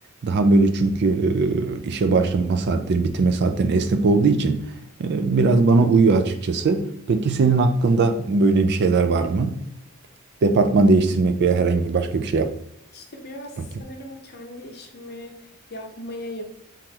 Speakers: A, on the right; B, on the left.
A: Daha böyle çünkü e, işe başlama saatleri, bitirme saatlerin esnek olduğu için e, biraz bana uyuyor açıkçası. Peki senin hakkında böyle bir şeyler var mı? Departman değiştirmek veya herhangi başka bir şey
B: İşte biraz sanırım
A: yapmak gibi.
B: kendi işimi yapmaya